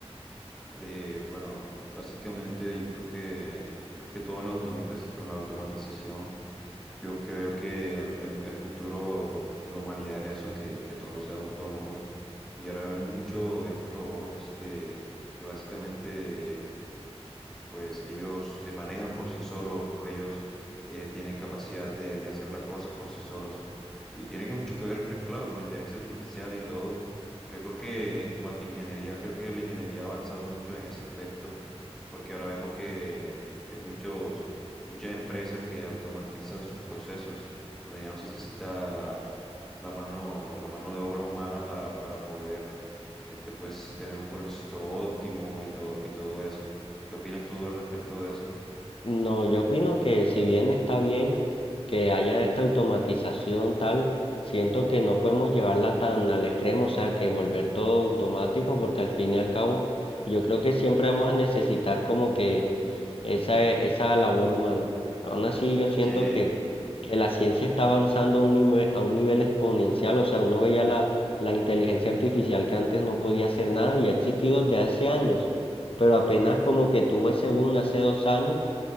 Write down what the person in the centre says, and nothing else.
Eh, bueno, básicamente yo creo que más que todo en la automatización, en la automatización, yo creo que el, el- el futuro de la humanidad es eso, que, que todo sea autónomo. Y ahora vemos mucho estos robots que, que básicamente pues ellos se manejan por sí solos, ellos eh, tienen capacidad de, de hacer las cosas por sí solos. Y tiene que mucho que ver, claro, con la inteligencia artificial y todo. Pero yo creo que en cuanto a ingeniería, creo que la ingeniería ha avanzado mucho en ese aspecto, porque ahora vemos que hay muchos, muchas empresas que automatizan sus procesos, donde ya no se necesita la, la mano, la mano de obra humana para, para poder este, pues, tener un proceso óptimo y todo, y todo eso. ¿Qué opinas tú al respecto de eso?
Sí,